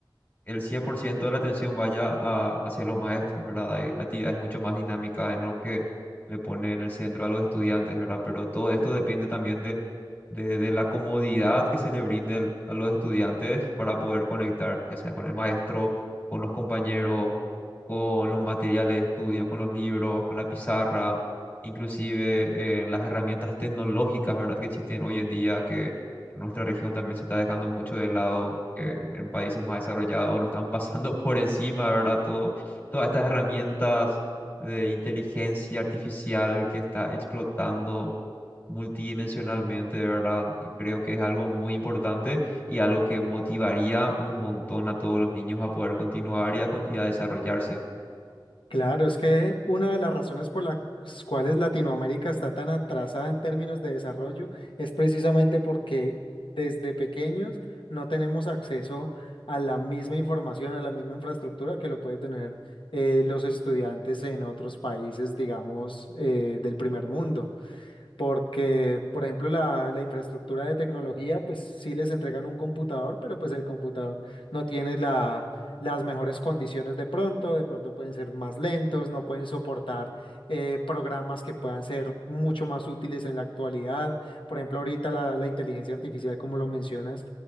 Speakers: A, on the left; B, on the left.
A: el 100% de la atención vaya a- hacia los maestros, ¿verdad? Hay actividades mucho más dinámicas en lo que le pone en el centro a los estudiantes, ¿verdad? Pero todo esto depende también de, de, de la comodidad que se le brinde al- a los estudiantes para poder conectar, ya sea con el maestro, con los compañeros, con los materiales de estudio, con los libros, con la pizarra, inclusive eh, las herramientas tecnológicas, ¿verdad? Que existen hoy en día, en nuestra región también se está dejando mucho de lado, que en países más desarrollados nos están pasando <laughs> por encima, ¿verdad? Todo, todas estas herramientas de inteligencia artificial que está explotando multidimensionalmente, ¿verdad? Y creo que es algo muy importante y algo que motivaría un montón a todos los niños a poder continuar y a, con- y a desarrollarse.
B: Claro, es que una de las razones por las cuales Latinoamérica está tan atrasada en términos de desarrollo es precisamente porque desde pequeños no tenemos acceso a la misma información, a la misma infraestructura que lo puede tener eh, los estudiantes en otros países, digamos, eh, del primer mundo porque, por ejemplo, la, la infraestructura de tecnología, pues sí les entregan un computador, pero pues el computador no tiene la, las mejores condiciones de pronto, de pronto pueden ser más lentos, no pueden soportar eh, programas que puedan ser mucho más útiles en la actualidad. Por ejemplo, ahorita la, la inteligencia artificial, como lo mencionas,